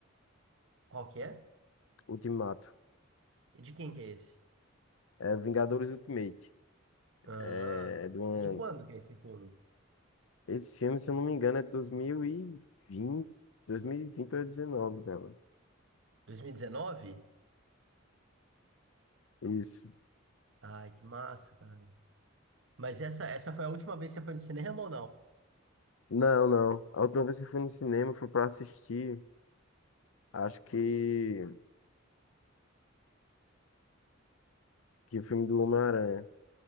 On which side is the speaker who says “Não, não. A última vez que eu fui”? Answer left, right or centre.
Left